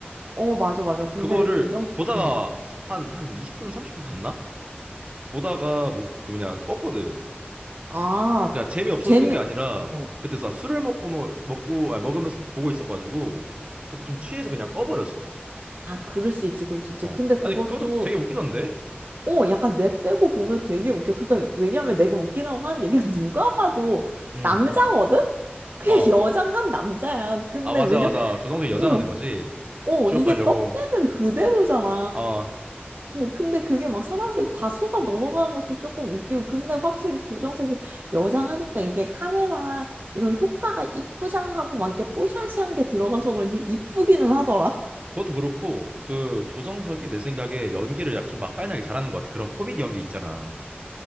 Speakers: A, on the right (about 50°); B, on the right (about 30°).
A: 어 맞아 맞아 근데
B: 그거를
A: 조정
B: 보다가
A: 응.
B: 한 한 20분 30분 봤나 보다가 못 그 뭐냐 껐거든
A: 아,
B: 그러니까 재미없어서
A: 재미,
B: 끈 게 아니라
A: 어.
B: 그때 나 술을 먹고 뭐, 먹고 아 먹으면서 보고 있어가지고 그때 좀 취해서 그냥 꺼버렸어.
A: 아, 그럴 수 있지, 그럴 수 있지.
B: 어.
A: 근데 그것도,
B: 아니 그것도 되게 웃기던데?
A: 어, 약간 뇌 빼고 보면 되게 웃겨. 그러니까, 왜냐면 내가 웃기다고 하는 얘기가 누가 봐도
B: 음.
A: 남자거든? 그냥
B: 어.
A: <laughs> 여장한 남자야. 근데
B: 아 맞아
A: 왜냐,
B: 맞아. 조정석이
A: 어,
B: 여장하는 거지.
A: 어,
B: 취업하려고.
A: 이게 떡대는 그대로잖아.
B: 어.
A: 어, 근데 그게 막 사람들이 다 속아 넘어가는 것도 조금 웃기고. 근데 확실히 조정석이 여장하니까 이게 카메라 이런 효과가 이쁘장하고 막 이렇게 뽀샤시한 게 들어가서 그런지 이쁘기는 하더라.
B: 그것도 그렇고 그 조정석이 내 생각에 연기를 약 좀 맛깔나게 잘하는 것 같아. 그런 코미디 연기 있잖아.